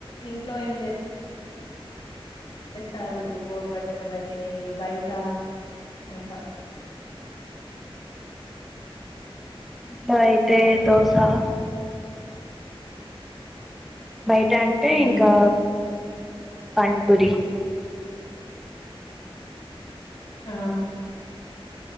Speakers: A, on the left; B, in the centre.
A: ఇంట్లో ఏం జె యెస్త రోజు బోర్గొట్టకుండ తినేది బైట అంత
B: ఇంట్లో ఐతే దోసా బైట అంటే
A: ఉమ్
B: ఇంకా పానిపూరి.
A: ఆ